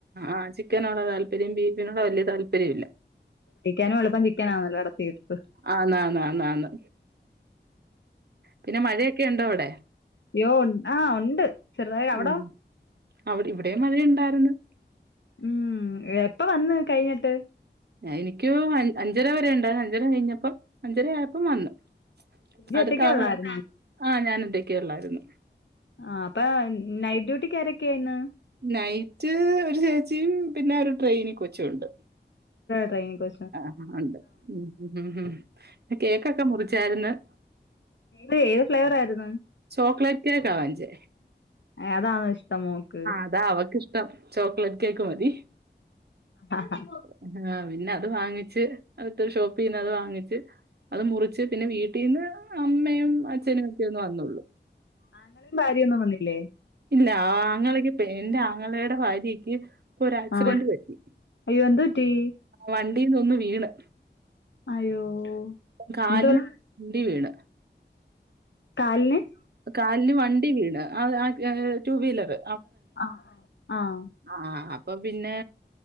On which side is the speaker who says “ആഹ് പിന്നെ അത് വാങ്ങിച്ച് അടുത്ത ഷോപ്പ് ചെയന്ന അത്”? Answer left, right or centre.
Right